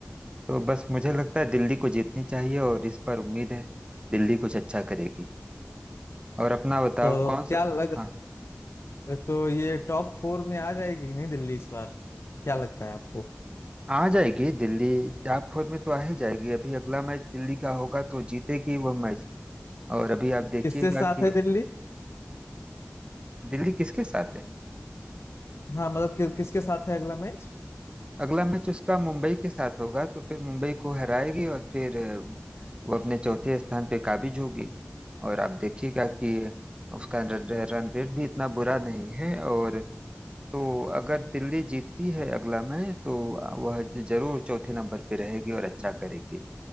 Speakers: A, on the right (about 25°); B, on the left (about 75°).
A: तो बस मुझे लगता है दिल्ली को जीतनी चाहिए और इस पर उम्मीद है दिल्ली कुछ अच्छा करेगी और अपना बताओ
B: तो
A: कौन
B: क्या
A: सा
B: लग
A: हाँ
B: तो ये टॉप फोर में आ जाएगी कि नहीं दिल्ली इस बार क्या लगता है आपको
A: आ जाएगी दिल्ली टॉप फोर में तो आ ही जाएगी अभी अगला मैच दिल्ली का होगा तो जीतेगी वह मैच और अभी आप देखिएगा
B: किसके साथ
A: कि
B: है दिल्ली
A: दिल्ली किसके साथ है
B: हाँ मतलब कि, किसके साथ है अगला मैच
A: अगला मैच उसका मुंबई के साथ होगा तो फिर मुंबई को हराएगी और फिर अ, वो अपने चौथे स्थान पे काबिज होगी और आप देखिएगा कि उसका रन रन रेट भी इतना बुरा नहीं है और तो अगर दिल्ली जीतती है अगला मैच तो वह जरूर चौथे नंबर पे रहेगी और अच्छा करेगी